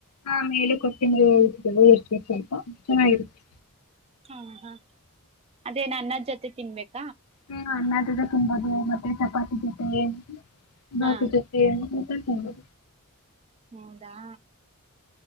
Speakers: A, on the left (about 80°); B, on the right (about 25°).
A: ಹಾ ಮೇಲೆ ಕೊತ್ತಿ <unintelligible> ಉದುರಿಸ್ಬೇಕ್ ಸ್ವಲ್ಪ ಚೆನ್ನಾಗಿರುತ್
B: ಹಾ ಹಾ ಅದೇನ್ ಅನ್ನದ್ ಜೊತೆ ತಿನ್ಬೇಕ್
A: ಹ್ಮ ಅನ್ನದ್ ಝ ತುಂಬದು ಮತ್ತೆ ಚಪಾತಿ ಜೊತೆ. ನೊಸು
B: ಹಾ
A: ಜೊತೆ. ಊಟ ತಿನ್ದು.
B: ನೊವ್ದಾ.